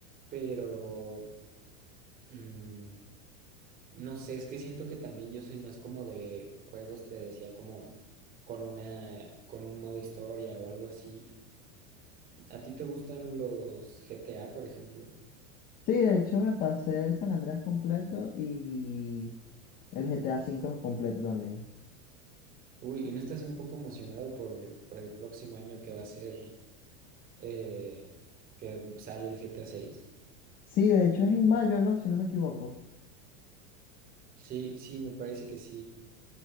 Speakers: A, on the right; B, on the left.
A: pero mm, no sé, es que siento que también yo soy más como de juegos, te decía, como con una, con un modo historia o algo así. ¿A ti te gustan los GTA, por ejemplo?
B: Sí, de hecho me pasé el San Andreas completo y el GTA cinco completo también.
A: Uy, ¿y no estás un poco emocionado por, por el próximo año que va a ser eh, que sale el G T A seis
B: Sí, de hecho es en mayo, ¿no? Si no me equivoco.
A: Sí, sí, me parece que sí.